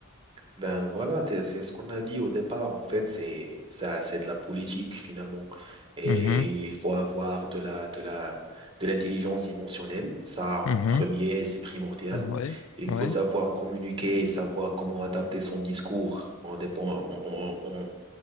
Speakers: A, on the right (about 25°); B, on the left (about 75°).
A: Ben voilà, t'es- c'est ce qu'on a dit au départ, en fait, c'est ça, c'est de la politique finalement. Et
B: Mhm,
A: il faut avoir de la, de la, de l'intelligence émotionnelle, ça en
B: mhm.
A: premier, c'est primordial.
B: Ouais,
A: Il
B: ouais,
A: faut savoir communiquer, savoir comment adapter son discours. On dépend, on- on- on-